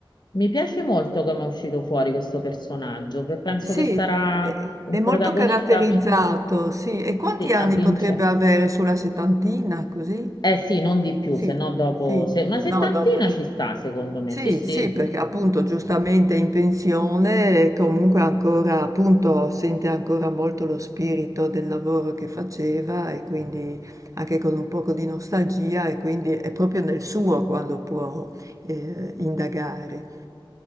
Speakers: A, on the left; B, on the right.
A: Mi piace molto come è uscito fuori questo personaggio, pe- penso
B: Sì,
A: che sarà
B: è
A: un
B: è molto
A: protagonista
B: caratterizzato, sì. E quanti
A: sì,
B: anni
A: avvincente.
B: potrebbe avere sulla settantina, così?
A: Eh sì, non di più,
B: Sì,
A: se no dopo
B: sì.
A: se- una settantina
B: No, dopo di...
A: ci sta, secondo me.
B: Sì,
A: Sì, sì.
B: sì, perché appunto giustamente in pensione e comunque ancora, appunto, sente ancora molto lo spirito del lavoro che faceva e quindi anche con un poco di nostalgia e quindi è proprio nel suo quando può eh, indagare.